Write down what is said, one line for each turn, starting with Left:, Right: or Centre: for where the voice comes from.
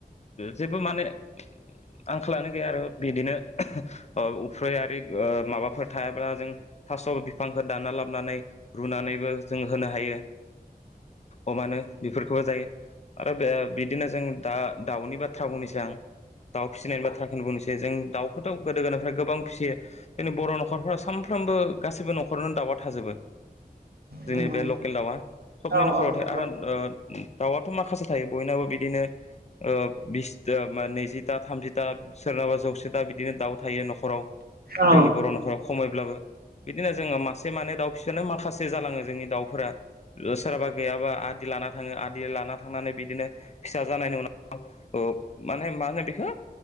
Left: जेबो माने आंखालानो गैया आरो बिदिनो उफ्रै आरि माबाफोर थायाब्ला जों थास' बिफांखौ दाना लाबोनानै रुनानैबो जों होनो हायो। अमानो बेफोरखौबो जायो। आरो बे बिदिनो जों दा दाउनि बाथ्रा बुंनोसै आं दाउ फिसिनायनि बाथ्राखौ बुंनोसै आ फ जों दाउखौथ' गोदो गोदनिफ्राय गोबां फिसियो जोंनि बर' न'खरफोरााव सामफ्रोमबो गासिबो नखरावनो दाउ माबा थाजोबो। जोंनि
Right: नंगौ
Left: बे लकेल दाउआ सबनि
Right: औ
Left: न'खराव
Right: औ
Left: थायो
Right: नंगौ
Left: आरो दाउआथ' माखासे थायोम बयनाबो बिदिनो ओ बिस नैजिथा थामजिथा सोरनबा जौसेथा बिदिनो दाउ थायो न'खराव।
Right: औ
Left: जोंनि बर' न'खराव खमैब्लाबो बिदिनो जोङो मासे मानै दाउ फिसानो माखा। से जालाङो जोंनि दाउफोरा सोरहाबा गैयाबा आदि लाना थाङो आदि लाना थांनानै बिदिनो। फिसा जानायनि उनाव माने मा होनो बेखो।